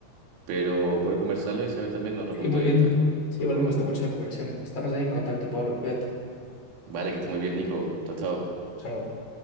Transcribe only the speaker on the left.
sí,
muy
bien.
Sí,
igual
me gustó mucho la conversación. Estamos ahí en contacto, Pablo. Cuídate.
Chao.